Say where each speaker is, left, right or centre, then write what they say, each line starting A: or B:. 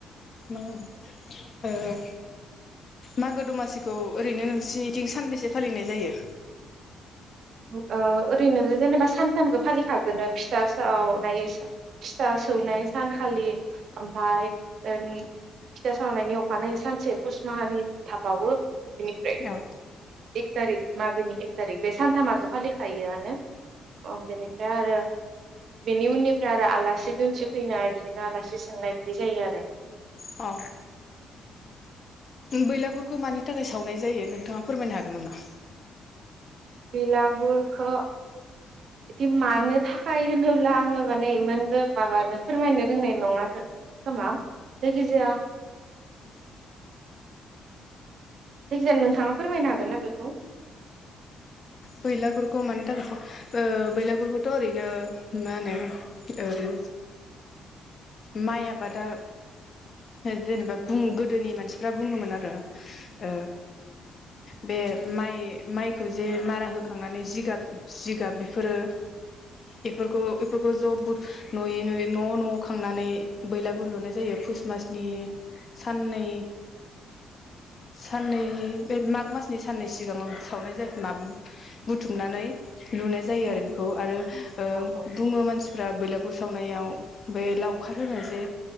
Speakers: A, on the left (about 45°); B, on the right (about 65°).
A: मा होनो मागो दमासिखौ ओरैनो नोंसिनिथिं सानबेसे फालिनाय जायो
B: ओ ओरैनो जेनेबा सानथामखौ फालिखागोननो फिथा सावनाय फिथा सौनाय सानखालि ओमफ्राय फिथा सावनायनि अखानायै सानसे पुस माहानि थाबावो ।
A: औ
B: एक थारिक मागोनि एक थारिक बे सानथामा फालिखायोआनो बेनिफ्राय आरो बेनि उननिफ्राय आरो आलासि दोनसि फैनाय बिदिनो आलासि सोंनाय बिदि जायो आरो ।
A: औ बैलागुरखौ मानि थाखाय सावनाय जायो नोंथाङा फोरमायनो हागोन नामा?
B: बिलागुरखौ बिदि मानो थाखाय होनोब्ला आङो माने इमोनबो माबानो फोरमायनो रोंनाय नङा खोमा जायखिजाया जायखिजाया नोंथाङा फोरमायनो हागोन ना बेखौ ।
A: बैलागुरखौ मानि थाखाय बैलागुरखौथ' ओ ओरैनो मा होनो माइ आबादा जेनेबा गोदोनि मानसिफ्रा बुङोमोन आरो । ओ बे माइ माइखौ जे मारा हो खांनानै जिगाब जिगाब बेफोरो बेफोरखौ बेफोरखौ ज' बुर नुयै नुयै न' न' खांनानै बेलागुर लुनाय जायो पुस मासनि साननै साननै बे माग मासनि साननै सिगां सावनाय जायो मा बुथुमनानै नुनाय जायो आरो
B: औ
A: बेखौ आरो ओ
B: औ
A: बुङो मानसिफ्रा बेलागुर सावनायाव बे लावखार होनो जे